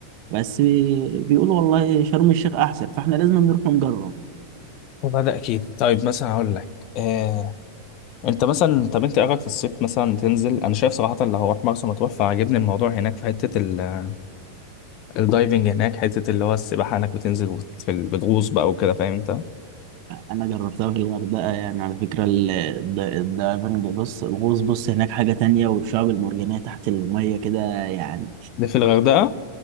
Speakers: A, on the right (about 55°); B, on the left (about 45°).
A: بس بيقولوا والله شرم الشيخ احسن فاحنا لازم نروح نجرب
B: هو ده اكيد طيب مثلا اقول لك آه، انت مثلا طب انت إيه رايك في الصيف مثلا تنزل انا شايف صراحه اللي هروح مرسى مطروح فعجبني الموضوع هناك في حته ال- الدايفنج هناك حته اللي هو السباحه هناك بتنزل وت- في ال- بتغوص بقى وكده فاهم انت
A: انا جربتها في الغردقه يعني على فكره ال- الد- الدايفنج بص الغوص بص هناك حاجه تانية والشعاب المرجانيه تحت الميه كده يعني
B: ده في الغردقه